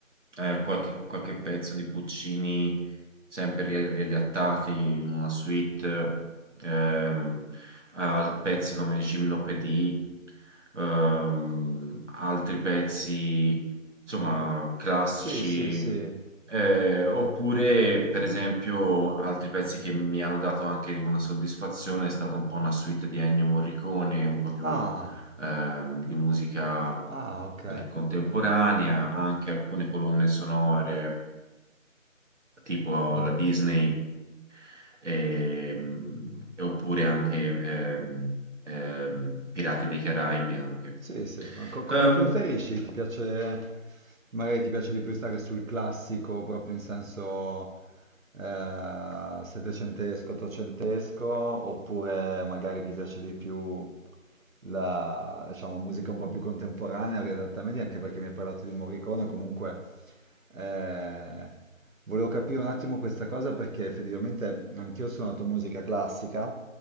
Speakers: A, on the right; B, on the right.
A: eh, qualche, qualche pezzo di Puccini sempre ri- riadattati in una suite, ehm, a pezzi come Gymnopédie, ehm, altri pezzi, insomma, classici,
B: Sì, sì, sì.
A: eh, oppure, per esempio, altri pezzi che mi hanno dato anche una soddisfazione è stata un po' una suite di Ennio Morricone, un po' più
B: Ah,
A: ehm, di musica
B: ah, ok.
A: dai, contemporanea, anche alcune colonne sonore tipo
B: Ma-
A: la Disney ehm, e, oppure anche ehm, ehm, Pirati dei Caraibi anche.
B: sì, sì, ma co- come
A: Ehm,
B: preferisci? Ti piace, magari ti piace di più stare sul classico, proprio in senso eh, settecentesco, ottocentesco, oppure magari ti piace di più la, diciamo, musica un po' più contemporanea, riadatta a media, anche perché mi hai parlato di Morricone, comunque eh, volevo capire un attimo questa cosa perché effettivamente anch'io ho suonato musica classica,